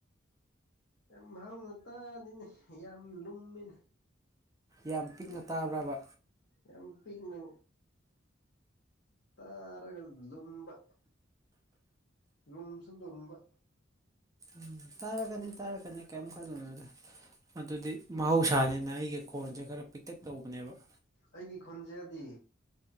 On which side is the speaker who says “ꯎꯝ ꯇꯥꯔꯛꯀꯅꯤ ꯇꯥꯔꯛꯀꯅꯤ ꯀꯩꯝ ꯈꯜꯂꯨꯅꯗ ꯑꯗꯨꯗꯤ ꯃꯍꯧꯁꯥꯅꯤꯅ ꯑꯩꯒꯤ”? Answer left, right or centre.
Right